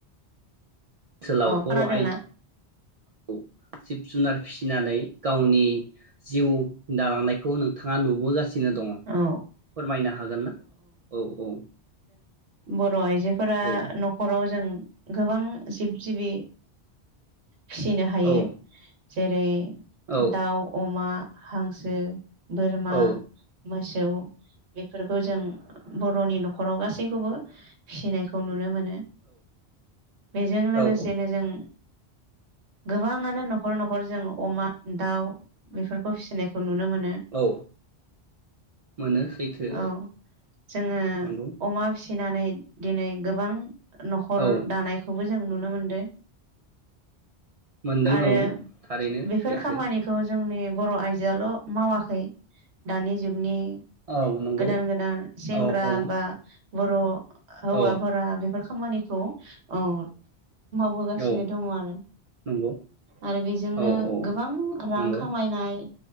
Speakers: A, on the right; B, on the right.
A: ओनसोलाव बर'
B: खोनादोंना
A: आइ <unintelligible> खौ जिब जुनार फिसिनानै गावनि जिउ दालांनायखौ नोंथाङा नुबोगासि नो दङ
B: औ
A: फोरमायनो हागोन ना? औ औ।
B: ब र' आइजोफोरा
A: औ
B: न'खराव जों गोबां जिब जिबि फिसिनो हायो
A: औ
B: । जेरै
A: औ
B: दाउ अमा हांस सो बोरमा
A: औ
B: मोसौ बे फोरफोरखौ जों बर'नि न'खराव गासैखौबो फिसिनायखौ नुनो मोन नो बेजों लोगोसेनो
A: औ
B: जों गोबाङानो न'खर न'खर जों अमा दाउ बेफोरखौ फिसिनायखौ नुनो मोन
A: औ मोनो सैथो
B: औ जोङो
A: नंगौ
B: अमा फिसिनानै दिनै गो बां न'खर
A: औ
B: दानायखौबो जों नुनो मोनदो।
A: मोनदों
B: आरो
A: औ थारैनो
B: बेफोर
A: सैथो
B: खामानिखौ जोंनि बर' आइजोआल' मावाखै दानि जुगनि
A: औ नंगौ
B: गोदान गोदान सेंग्रा
A: औ औ
B: बा बर' हौवाफोरा
A: औ
B: बेफोर खामानिखौ औ मावबोगासिनो
A: औ
B: दङ'आरो
A: नंगौ
B: आरो बेजोंनो
A: औ औ
B: गोबां रां
A: नंगौ
B: खामायनाय